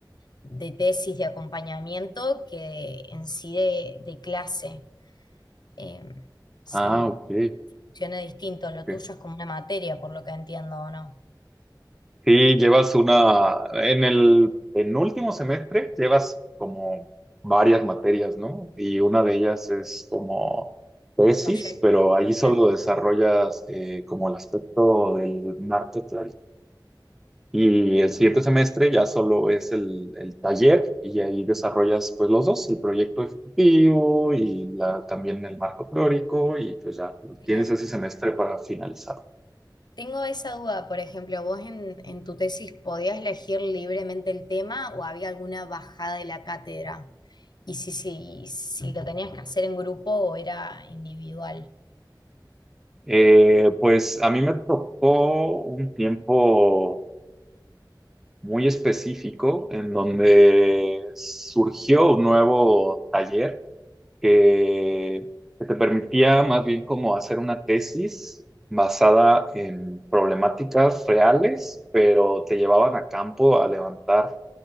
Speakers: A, on the left; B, in the centre.
A: de tesis de acompañamiento que en sí de, de clase. Em, sí,
B: Ah, ok.
A: funciona distinto, lo
B: ok.
A: tuyo es como una materia por lo que entiendo o no.
B: Sí, llevas una, en el penúltimo semestre llevas como varias materias, ¿no? Y una de ellas es como tesis,
A: Proyecto,
B: pero ahí solo
A: claro,
B: desarrollas eh, como el aspecto del marketing. Y el siguiente semestre ya solo es el, el taller y ahí desarrollas pues los dos, el proyecto ejecutivo y la, también el marco teórico y pues ya
A: claro.
B: tienes ese semestre para finalizar.
A: Tengo esa duda, por ejemplo, ¿vos en, en tu tesis podías elegir libremente el tema o había alguna bajada de la cátedra? Y si, si, si lo tenías que hacer en grupo o era individual.
B: Eh, pues a mí me tocó un tiempo muy específico en donde surgió un nuevo taller que, que te permitía más bien como hacer una tesis basada en problemáticas reales, pero te llevaban a campo a levantar